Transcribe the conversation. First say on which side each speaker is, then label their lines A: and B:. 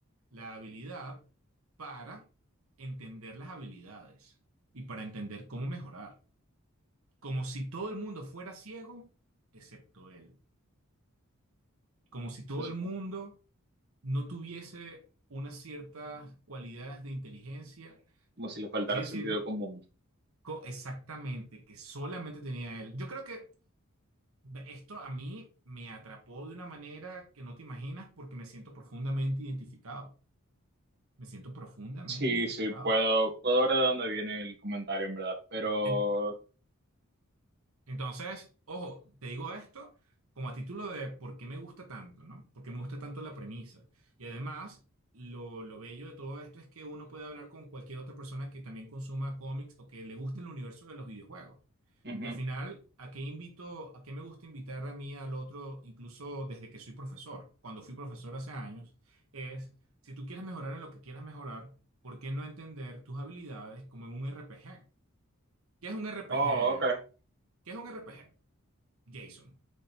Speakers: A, on the right; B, on the right.
A: La habilidad para entender las habilidades y para entender cómo mejorar. Como si todo el mundo fuera ciego, excepto él. Como si todo
B: Entonces,
A: el mundo no tuviese unas ciertas cualidades de inteligencia,
B: como si le faltara
A: así decirlo,
B: sentido común.
A: co- exactamente, que solamente tenía él. Yo creo que esto a mí me atrapó de una manera que no te imaginas porque me siento profundamente identificado. Me siento profundamente
B: Sí,
A: identificado.
B: sí, puedo, puedo ver de dónde viene el comentario, en verdad, pero...
A: En- entonces, ojo, te digo esto como a título de por qué me gusta tanto, ¿no? Por qué me gusta tanto la premisa. Y además, lo, lo bello de todo esto es que uno puede hablar con cualquier otra persona que también consuma cómics o que le guste el universo de los videojuegos.
B: ujú.
A: Porque al final, ¿a qué invito, a qué me gusta invitar a mí al otro, incluso desde que soy profesor? Cuando fui profesor hace años, es, si tú quieres mejorar en lo que quieras mejorar, ¿por qué no entender tus habilidades como en un RPG? ¿Qué es un RPG?
B: Oh, ok.
A: ¿Qué es un RPG? Jason.